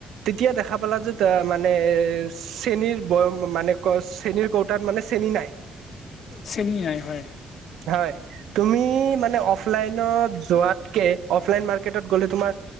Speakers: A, on the right; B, on the left.
A: এতিয়া দেখা পালা যে ত মানে চেনিৰ মানে চেনিৰ বয়াম মানে চেনিৰ কৌতাত মানে চেনি নাই।
B: চেনি নাই হয়।
A: হয় তুমি মানে অফলাইনত যোৱাতকে অফলাইন মা ৰ্কেটত গলে তোমাৰ